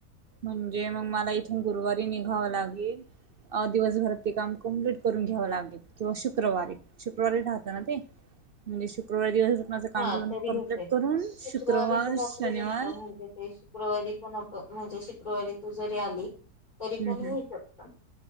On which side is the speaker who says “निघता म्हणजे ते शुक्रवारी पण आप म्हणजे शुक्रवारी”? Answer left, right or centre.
Left